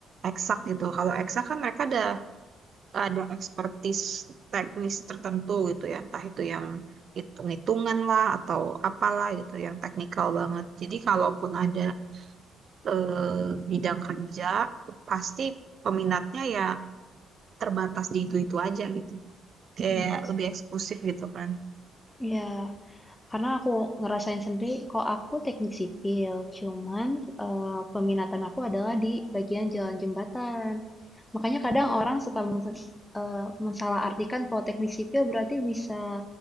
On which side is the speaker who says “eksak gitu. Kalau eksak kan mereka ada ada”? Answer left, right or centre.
Right